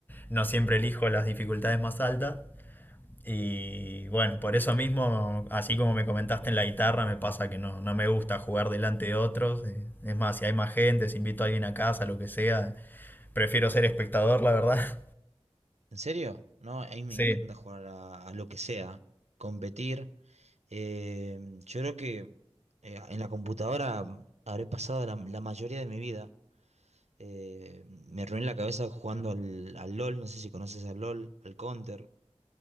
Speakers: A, on the left; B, on the right.
A: no siempre elijo las dificultades más altas. Y bueno, por eso mismo, así como me comentaste en la guitarra, me pasa que no, no me gusta jugar delante de otros. eh, Es más, si hay más gente, si invito a alguien a casa, lo que sea, prefiero ser espectador, la verdad. <laughs>
B: ¿En serio? No, a mí me
A: Sí.
B: encanta jugar a, a lo que sea, competir. Eh, yo creo que eh, en la computadora mm, habré pasado la, la mayoría de mi vida. Eh, me reuní la cabeza jugando al, al LOL, no sé si conoces al LOL, al Counter.